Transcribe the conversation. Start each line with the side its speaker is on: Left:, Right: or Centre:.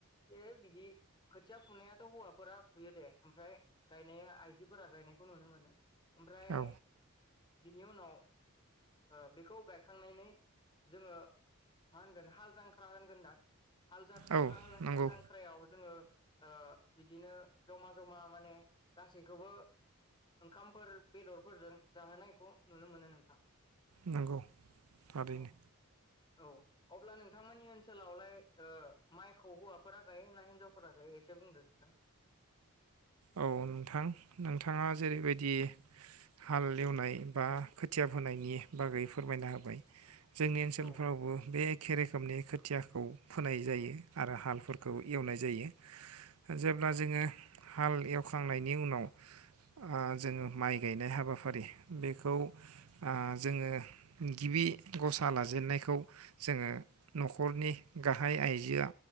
Left: जे बिदि खोथिया फुनायाथ' हौवाफोरा फुयो दे ओमफ्राय गायनाया आइजोफोरा गायनायखौ नुनो मोनो। ओमफ्राय
Right: औ
Left: बिनि उनाव ओ बेखौ गायखांनानै जोङो मा होनगोन हाल जांख्रा होनगोनदां। हाल जाखा
Right: औ
Left: हाल
Right: नंगौ
Left: हाल जांख्रायाव जोङो ओ बिदिनो जमा जमा माने गासैखौबो ओंखामफोर बेदरफोरजों जाहोनायखौ नुनो मोनो नोंथां।
Right: नोंगौ। थारैनो।
Left: औ औ अब्ला नोंथांमोननि ओनसोलावलाय ओ माइखौ हौवाफोरा गायो ना हिनजावफोरा गायो एसे बुंदो नोंथां?
Right: औ नोंथां नोंथाङा जेरैबायदि हाल एवनाय बा खोथिया फोनायनि बागै फोरमायना होबाय जोंनि ओनसोलफ्रावबो
Left: औ
Right: बे एखे रोखोमनि खोथियाखौ फोनाय जायो। आरो हालफोरखौ एवनाय
Left: औ
Right: जायो। जेब्ला
Left: औ
Right: जोङो हाल एवखांनायनि उनाव ओ जोङो माइ गायनाय हाबाफारि बेखौ ओ जोङो गिबि गसा लाजेननायखौ जोङो न'खरनि गाहाय आइजोआ